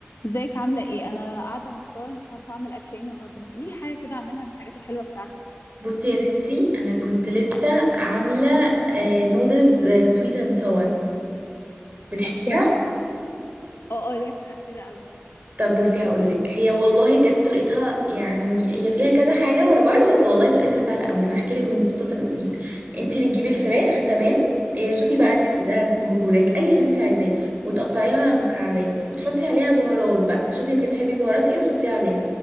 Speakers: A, on the left (about 75°); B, on the right (about 40°).
A: ازيك عاملة ايه؟ أنا قاعدة محتارة مش عارفة أعمل أكل ايه النهاردة ما تقولي لي حاجة كده أعملها من الحاجات الحلوة بتاعتك
B: بصي يا ستي انا كنت لسه عامله آه، نودلز آه، سويت اند صور بتحبيها
A: عملتيها ازاي؟ اه اه ليا في الأكل ده قوي
B: طب بصي هقولك هي والله بجد طريقتها يعني هي فيها كذا حاجه ورا بعض بس والله طريقتها سهله قوي انا هحكي لك بالمختصر المفيد انت بتجيبي الفراخ تمام آه، شوفي بقى
A: مم،
B: انت عايزاها صدور وراك اي اللي انت عايزاه وتقطعيها مكعبات وتحطي عليها بهارات بقى شوفي انت بتحبي بهارات ايه وحطيها عليها